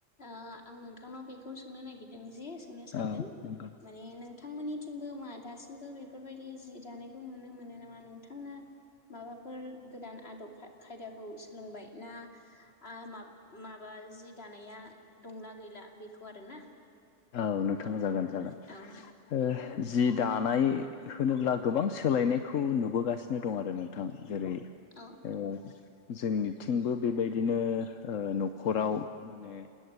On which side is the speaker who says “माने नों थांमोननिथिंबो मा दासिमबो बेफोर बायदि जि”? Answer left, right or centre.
Left